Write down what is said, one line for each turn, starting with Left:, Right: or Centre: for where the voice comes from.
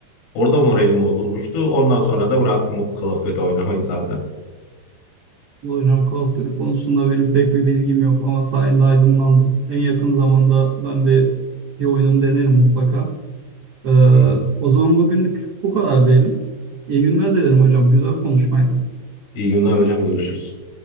Left: Orada moralim bozulmuştu. Ondan sonra da bıraktım Call of Duty oynamayı zaten.
Right: Hocam Call of Duty konusunda benim pek bir bilgim yok ama sayende aydınlandım. En yakın zamanda ben de bir oyunun denerim mutlaka. Ee,
Left: Hı hı.
Right: o zaman bugünlük bu kadar diyelim. İyi günler dilerim hocam. Güzel bir konuşmaydı.
Left: İyi günler hocam. Görüşürüz.